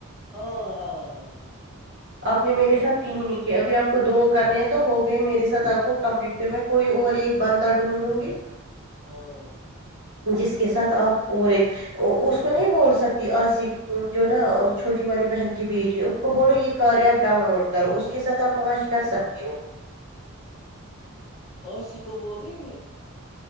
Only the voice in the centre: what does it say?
ہاں ہاں
ہاں
اوشی کو بولیں گے